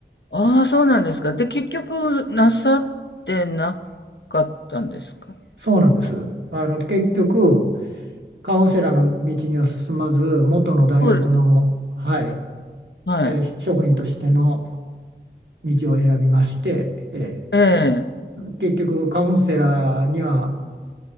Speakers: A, on the left; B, on the right.
A: ああ、そうなんですか。で、結局、なさってなかったんですか
B: そうなんです。あの、結局、カウンセラーの道には進まず、元の大学の、
A: そうです。
B: はい、
A: はい。
B: えー職員としての道を選びまして、え
A: ええ、
B: ー結局カウンセラーには